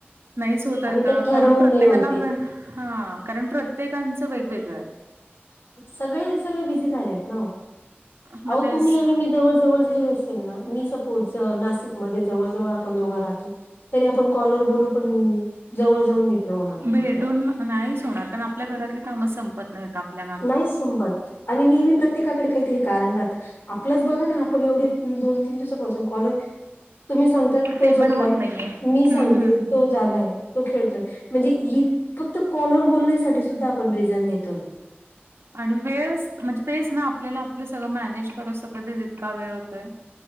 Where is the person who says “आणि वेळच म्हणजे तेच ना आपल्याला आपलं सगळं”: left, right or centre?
Right